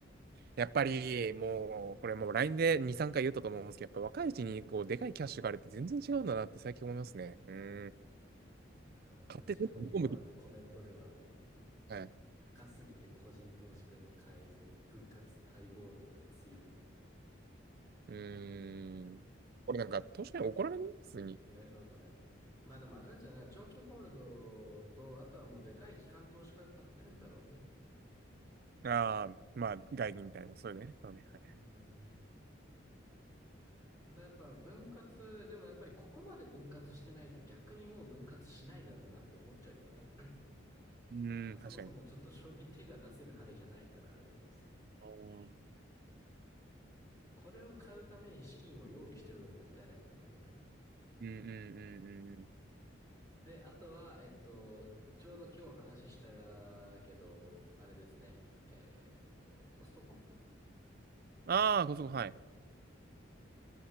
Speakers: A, on the right; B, on the left.
A: やっぱりもう、これもう LINE で2、3回言ったと思うんですけど、やっぱ若いうちにこう、でかいキャッシュがあるって全然違うんだなって最近思いますね。
B: うん、
A: うん。
B: あの、
A: 買って全部見込むと。
B: ちなみにもうあのコメントでは、
A: はい。
B: 高すぎて個人投資家が買えず、分割待望論が強い。
A: うん。
B: うん。
A: これなんか、投資家に怒られない普通に。
B: ね、なんかね。まあでもあれなんじゃない長期ホールドと、あとはもうでかい機関投資家が買ってるんだろうね。
A: ああ、まあ、外銀みたいな、そういうね。そうね。はい。
B: うーん。だやっぱ分割、でもやっぱりここまで分割してないと逆にもう分割しないだろうなって思っちゃうけどね。
A: うん、
B: まあそもそもちょっと賞味手が出せる範囲じゃないからあれだけどさ。
A: 確かに。あー
B: これを買うために資金を用意してるのがもったいないもんな、もはや。
A: うんうんうんうんうん。
B: で、あとは、えっと、ちょうど今日話したけど、あれですね。えーっと、コストコ
A: ああ、こそこ、はい。